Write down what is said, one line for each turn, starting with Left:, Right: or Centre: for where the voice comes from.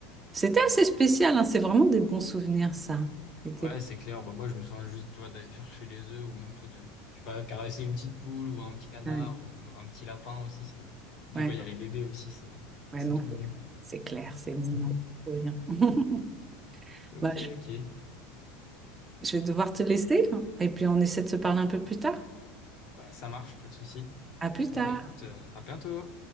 Right: C'était assez spécial, hein. C'est vraiment des bons souvenirs, ça. C'était...
Left: Ouais, c'est clair. Bah, moi, je me souviens juste, tu vois, d'aller chercher les œufs ou même, tu vois, de, je sais pas, caresser une petite poule ou un petit canard
Right: Ouais,
Left: ou un petit lapin aussi. C'est, et puis
Right: ouais,
Left: quoi, il y a les bébés aussi, c'est,
Right: ouais,
Left: c'est
Right: non.
Left: tout mignon.
Right: C'est clair, c'est mignon.
Left: <laughs>
Right: Trop bien. <laughs>
Left: Ok,
Right: Bah, je
Left: ok.
Right: je vais devoir te laisser hein. et puis on essaie de se parler un peu plus tard.
Left: Ouais, ça marche, pas de souci.
Right: À plus
Left: Bon,
Right: tard.
Left: bah, écoute, euh, à bientôt.